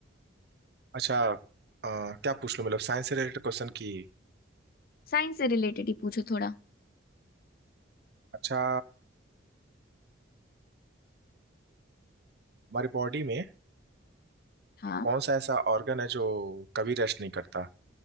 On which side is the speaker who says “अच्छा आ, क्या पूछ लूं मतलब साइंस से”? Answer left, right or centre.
Right